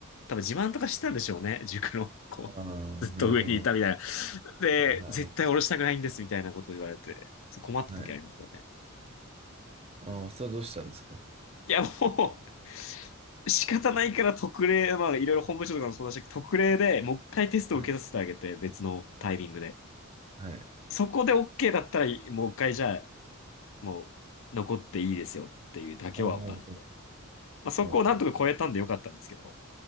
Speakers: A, on the left; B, on the right.
A: 多分自慢とかしてたんでしょうね。<laughs> 塾の、こう、
B: ああ、
A: ずっと上にいたみたいな。
B: なるほど。
A: で、
B: はいはいはい。
A: 絶対降ろしたくないんですみたいなことを言われて、そう困った時ありましたね。
B: はいああ、それどうしたんですか
A: いや、もう仕方ないから特例、まあいろいろ本部長とかもそうだし、特例でもう一回テストを受けさせてあげて、
B: はい。
A: 別のタイミングで。
B: はい。
A: そこで OK だったら、もう一回じゃあもう残っていいですよっていうだけは、
B: おうおうおう
A: まあ、そこをなんとか超えたんでよかったんですけど、
B: おう。